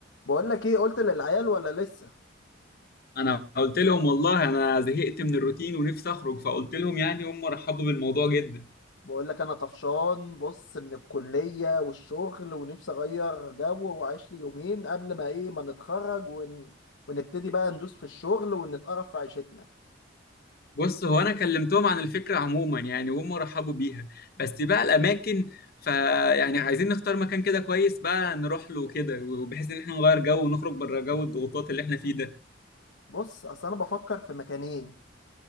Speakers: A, on the left; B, on the left.
A: بقول لك ايه قلت للعيال ولا لسه
B: انا قلت لهم والله انا زهقت من الروتين ونفسي اخرج فقلت لهم يعني هم رحبوا بالموضوع جدا
A: بقول لك انا طفشان بص من الكلية والشغل ونفسي اغير جو واعيش لي يومين قبل ما ايه ما نتخرج ون... ونبتدي بقى ندوس في الشغل ونتقرف في عيشتنا
B: بص هو انا كلمتهم عن الفكره عموما يعني وهم رحبوا بيها بس بقى الاماكن فيعني عايزين نختار مكان كده كويس بقى نروح له كده وبحيث ان احنا نغير جو ونخرج بره جو الضغوطات اللي احنا فيه ده
A: بص اصل انا بفكر في مكانين